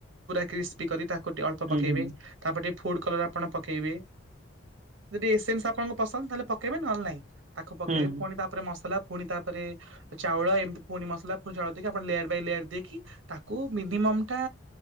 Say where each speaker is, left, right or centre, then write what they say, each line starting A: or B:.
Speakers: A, on the right; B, on the right.
A: ପୁରା କ୍ରିସ୍ପି କରି ତାକୁ ଟିକ ଅଳ୍ପ
B: ହୁଁ,
A: ପକେଇବେ
B: ହୁଁ,
A: ତାପରେ ଟିକେ ଫୁଡ କଲର ଆପଣ ପକେଇବେ। ଯଦି ଏସେନ୍ସ ଆପଣଙ୍କୁ ପସନ୍ଦ ତାହେଲେ ପକେଇବେ ନହେଲେ ନାହିଁ। ତାକୁ ପକେଇବେ
B: ହୁଁ,
A: ପୁଣି ତାପରେ ମସଲା ପୁଣି ତାପରେ ଚାଉଳ ଏମିତି ପୁଣି ମସଲା ପୁଣି ଚାଉଳ ଦେଇକି ଆପଣ ଲେୟାର ବାଇ ଲେୟାର ଦେଇକି ତାକୁ ମିନିମମ ଟା